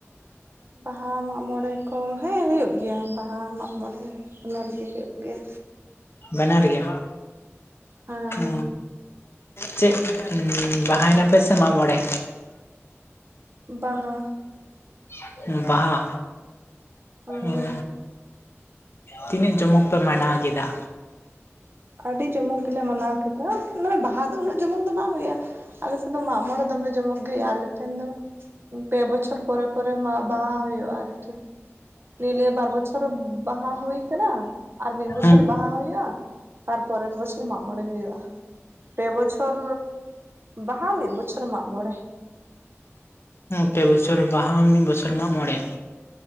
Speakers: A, on the right; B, on the left.
A: ᱵᱟᱦᱟ ᱢᱟᱜᱽ ᱢᱚᱬᱮ ᱠᱚᱢ ᱦᱮᱸ ᱦᱩᱭᱩᱜ ᱜᱮᱭᱟ ᱵᱟᱦᱟ ᱢᱟᱜᱽ ᱢᱚᱬᱮ ᱚᱱᱟ ᱨᱮᱜᱮ ᱦᱩᱭᱩᱜ ᱜᱮᱭᱟ,
B: ᱵᱟᱱᱟᱨ ᱜᱮ
A: ᱦᱮᱸ
B: ᱦᱩᱸ ᱪᱮᱫ ᱵᱟᱦᱟᱭᱱᱟᱯᱮ ᱥᱮ ᱢᱟᱜ ᱢᱚᱬᱮ
A: ᱵᱟᱦᱟ
B: <unintelligible> ᱵᱟᱦᱟ
A: ᱦᱮᱸ
B: ᱦᱩᱸ ᱛᱤᱱᱟᱹᱜ ᱡᱚᱢᱚᱠ ᱯᱮ ᱢᱟᱱᱟᱣ ᱠᱮᱫᱟ
A: ᱟᱹᱰᱤ ᱡᱚᱢᱚᱠ ᱜᱮᱞᱮ ᱢᱟᱱᱟᱣ ᱠᱮᱫᱟ ᱢᱟᱱᱮ ᱵᱟᱦᱟ ᱫᱚ ᱩᱱᱟᱹᱜ ᱡᱚᱢᱚᱠ ᱫᱚ ᱵᱟᱝ ᱦᱩᱭᱩᱜᱼᱟ ᱟᱞᱮᱥᱮᱫ ᱫᱚ ᱢᱟᱜ ᱢᱚᱲᱮ ᱫᱚᱢᱮ ᱡᱚᱢᱚᱜ <unintelligible> ᱟᱞᱮ ᱴᱷᱮᱱ ᱫᱚ ᱯᱮ ᱵᱚᱪᱷᱚᱨ ᱯᱚᱨᱮ ᱯᱚᱨᱮ ᱢᱟ ᱵᱟᱦᱟ ᱦᱩᱭᱩᱜᱼᱟ ᱟᱨᱠᱤ ᱱᱤᱭᱟ. ᱞᱤᱭᱮ ᱵᱟᱨ ᱵᱚᱪᱷᱚᱨ ᱵᱟᱦᱟ ᱦᱩᱭ ᱠᱟᱱᱟ ᱟᱨ ᱢᱤᱫ ᱵᱚᱪᱷᱚᱨ
B: ᱦᱮᱸ
A: ᱵᱟᱦᱟ ᱦᱩᱭᱩᱜᱼᱟ ᱛᱟᱨᱯᱚᱨᱮᱨ ᱵᱚᱪᱷᱚᱨ ᱢᱟᱜ ᱢᱚᱬᱮ ᱦᱩᱭᱩᱜᱼᱟ ᱯᱮ ᱵᱚᱪᱷᱚᱨ ᱵᱟᱦᱟ ᱢᱤᱫ ᱵᱚᱪᱷᱚᱨ ᱢᱟᱜ ᱵᱚᱲᱮ
B: ᱯᱮ ᱵᱚᱪᱷᱚᱨ ᱵᱟᱦᱟ ᱢᱤᱫ ᱵᱚᱪᱷᱚᱨ ᱢᱟᱜᱽ ᱢᱚᱬᱮ